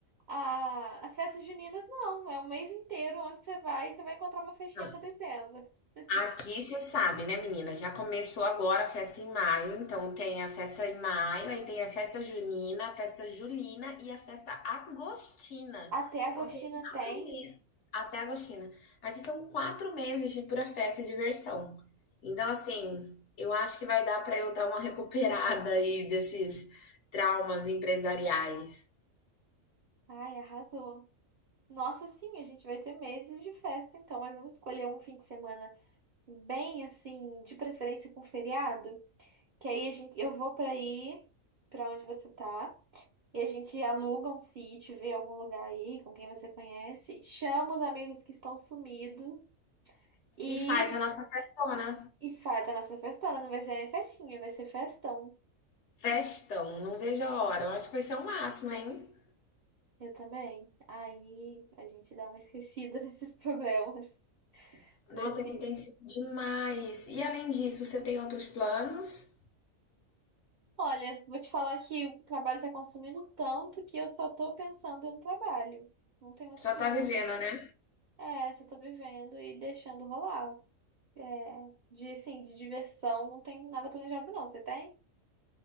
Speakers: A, on the right; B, on the left.
A: A- As festas juninas não, é o mês inteiro onde você vai, você vai encontrar uma festinha
B: Não,
A: acontecendo. <laughs>
B: Aqui você sabe, né, menina? Já começou agora a festa em maio, então tem a festa em maio, aí tem a festa junina, a festa julina e a festa agostina.
A: Até Agostina
B: Então são quatro
A: tem.
B: meses, até agostina. Aqui são quatro meses de pura festa e diversão. Então, assim, eu acho que vai dar para eu dar uma recuperada aí desses traumas empresariais.
A: Ai, arrasou. Nossa, sim, a gente vai ter meses de festa, então, mas vamos escolher um fim de semana bem assim, de preferência com feriado, que aí a gente eu vou pra aí, pra onde você tá. E a gente aluga um sítio, vê algum lugar aí com quem você conhece, chama os amigos que estão sumidos e,
B: E faz a nossa festona.
A: e faz a nossa festona. Não vai ser nem festinha, vai ser festão.
B: Festão, não vejo a hora. Eu acho que vai ser o máximo, hein?
A: Eu também. Aí a gente dá uma esquecida <laughs> nesses problemas precisos.
B: Nossa, aqui tem sido demais. E além disso, você tem outros planos?
A: Olha, vou te falar que o trabalho tá consumindo tanto que eu só tô pensando no trabalho. Não tem outro
B: Só
A: plano,
B: tá vivendo,
A: não.
B: né?
A: É, só tô vivendo e deixando rolar. É, de, assim, de diversão, não tem nada planejado, não. Você tem?